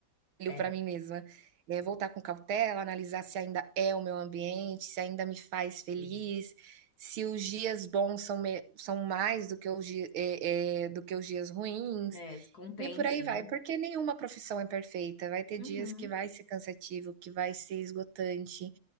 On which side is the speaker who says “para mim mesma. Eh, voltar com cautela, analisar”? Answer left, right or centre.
Right